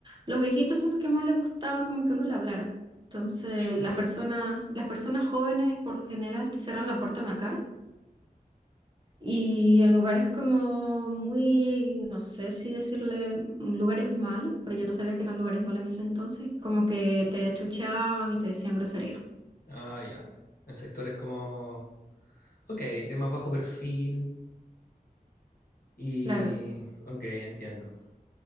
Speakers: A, on the right; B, on the left.
A: Los viejitos son los que más les gustaban como que uno le hablara. Entonces,
B: Chu.
A: las personas, las personas jóvenes por lo general te cierran la puerta en la cara. Y en lugares como muy, no sé si decirle mm, lugares malos, pero yo no sabía que eran lugares malos en ese entonces, como que te achuchaban y te decían groserías.
B: Ah, ya. En sectores como. Ok, de más bajo perfil. Y.
A: Claro,
B: Ok, entiendo.